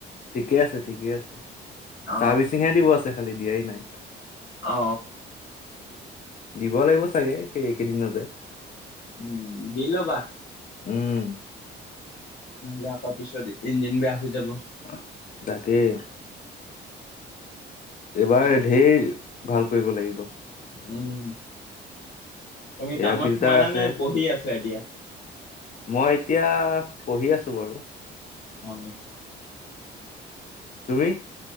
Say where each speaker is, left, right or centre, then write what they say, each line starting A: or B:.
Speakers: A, on the left (about 40°); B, on the left (about 70°).
A: ঠিকে আছে ঠিকে আছে,
B: অ
A: চাৰ্ভিচিংহে দিব আছে খালি দিয়াই নাই।
B: অ।
A: দিব লাগিব চাগে এইকেইদিনতে।
B: উম দি ল'বা।
A: উম।
B: নহ'লে আকৌ পিছত ইঞ্জিন বেয়া হৈ যাব।
A: অ তাকেই। এইবাৰ
B: বাকী
A: ধেৰি ভাল কৰিব লাগিব।
B: উম, তুমি
A: এয়াৰ
B: কামত
A: ফিল্টাৰ
B: সোমালা
A: আছে
B: নে বহি আছো এতিয়া?
A: মই এতিয়া পঢ়ি আছো বাৰু।
B: অ।
A: তুমি?